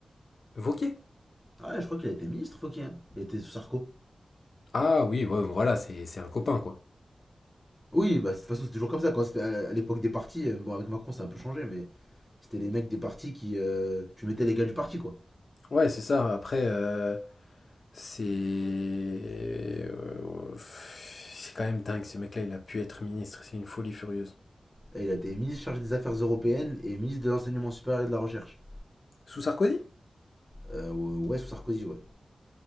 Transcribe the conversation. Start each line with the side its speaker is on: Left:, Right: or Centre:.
Left: Wauquiez?
Centre: Ouais, je crois qu'il a été ministre, Fauquier. hein. Il était sous Sarko.
Left: Ah oui, ouais, voilà, c'est, c'est un copain quoi.
Centre: Oui, bah, de toute façon, c'est toujours comme ça. Quand c'était à à l'époque des partis, euh, bon, avec Macron, ça a un peu changé, mais c'était les mecs des partis qui. euh, tu mettais les gars du parti, quoi.
Left: Ouais, c'est ça. Après, euh, c'est, euh, c'est quand même dingue. Ce mec-là, il a pu être ministre. C'est une folie furieuse.
Centre: Et il a été ministre chargé des Affaires européennes et ministre de l'Enseignement supérieur et de la Recherche.
Left: Sous Sarkozy?
Centre: Euh, ouais, sous Sarkozy, ouais.